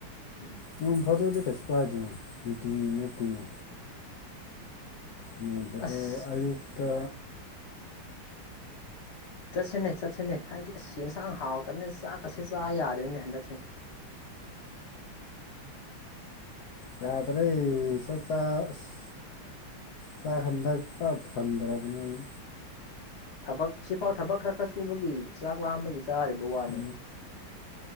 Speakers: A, on the left; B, on the left.
A: ꯎꯝ
B: ꯅꯣꯡ ꯐꯥꯗꯣꯛꯗꯤ ꯀꯩꯁꯨ ꯀꯥꯏꯗꯦꯅ ꯅꯨꯡꯇꯤꯒꯤ ꯅꯠꯇꯦꯅ ꯅꯣꯡ ꯐꯗꯣꯛ
A: ꯑꯁ
B: ꯑꯌꯨꯛꯇ
A: ꯆꯠꯁꯤꯅꯦ ꯆꯠꯁꯤꯅꯦ ꯍꯥꯏꯗꯤ ꯑꯁ ꯌꯦꯟꯁꯥꯡ ꯍꯥꯎꯇꯕꯅꯤ ꯆꯥꯛ ꯀꯁꯦ ꯆꯥ ꯌꯥꯗ꯭ꯔꯦꯅꯦ ꯍꯟꯗꯛꯁꯦ
B: ꯌꯥꯗꯔꯦ ꯆꯥꯛꯆꯥ ꯑꯁ ꯆꯥꯛ ꯍꯟꯗꯛ ꯄꯨꯔꯥ ꯊꯟꯗ꯭ꯔꯕꯅꯦ ꯑꯩ
A: ꯊꯕꯛ ꯁꯤꯐꯥꯎ ꯊꯕꯛ ꯈꯔ ꯈꯔ ꯁꯨꯕꯒꯤ ꯆꯥꯛ ꯂꯥꯝꯕꯒꯤ ꯆꯥꯔꯤꯕ ꯋꯥꯅꯦ
B: ꯑꯗꯨꯅ ꯑꯁ